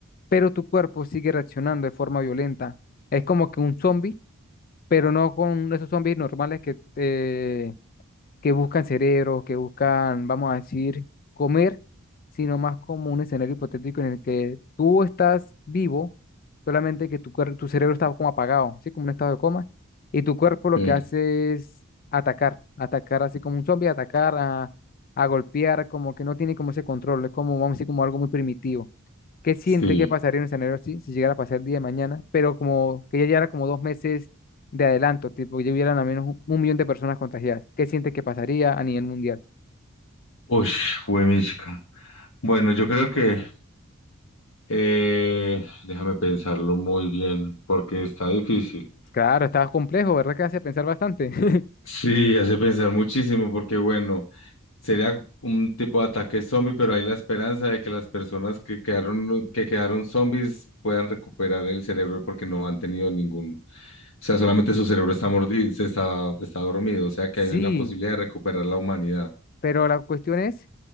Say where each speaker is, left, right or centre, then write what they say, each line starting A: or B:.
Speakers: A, on the left; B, on the left.
A: pero tu cuerpo sigue reaccionando de forma violenta. Es como que un zombie, pero no con esos zombies normales que te que buscan cerebros, que buscan, vamos a decir, comer, sino más como un escenario hipotético en el que tú estás vivo, solamente que tu, cuer- tu cerebro está como apagado, ¿sí? Como un estado de coma, y tu cuerpo lo
B: sí,
A: que hace es atacar, atacar así como un zombie, atacar a, a golpear, como que no tiene como ese control, es como, vamos a decir, como algo muy primitivo. ¿Qué sientes
B: sí.
A: que pasaría en un escenario así si llegara a pasar el día de mañana? Pero como que ya llevara como dos meses de adelanto, tipo, ya hubieran al menos un, un millón de personas contagiadas. ¿Qué siente que pasaría a nivel mundial?
B: Uy, chica. Bueno, yo creo que eh, déjame pensarlo muy bien porque está difícil.
A: Claro, estaba complejo, ¿verdad? Que hace pensar bastante. <laughs>
B: Sí, hace pensar muchísimo porque bueno, sería un tipo de ataque zombie, pero hay la esperanza de que las personas que quedaron que quedaron zombies puedan recuperar el cerebro porque no han tenido ningún O sea, solamente su cerebro está mordido, se está, está dormido, o sea que
A: Sí,
B: hay una posibilidad de recuperar la humanidad.
A: Pero la cuestión es